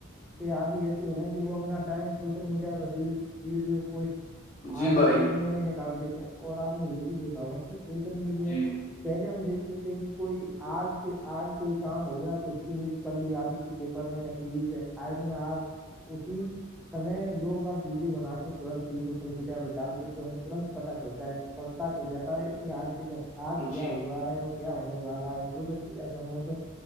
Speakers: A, in the centre; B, on the left.
A: کہ آبھی ایسے ہو گئے کہ وہ اپنا ٹائم سوشل میڈیا پر ریلس ویڈیو
B: جی
A: آپ
B: بھائی
A: ہی دیکھنے میں نکال دیتے ہیں اور آپ نے یہ بھی دیکھا ہوا کہ سوشل میڈیا
B: جی
A: پہ <unintelligible> پہلے ہم دیکھ رہے تھے کہ کوئی آج کے آج کوئی کام ہو گیا تو اس کی نی کر لی آتی تھی پیپر میں ٹی وی پہ آئے نا آپ اسی سمے لوگ باگ ویڈیو بنا کے تنت ہی سوشل میڈیا پر ڈال دیش تنت پتا چل پتا چل جاتا ہے کہ آج کے جو آج کیا
B: جی
A: ہوا ہے اور کیا ہونے والا ہے کل کیا موسم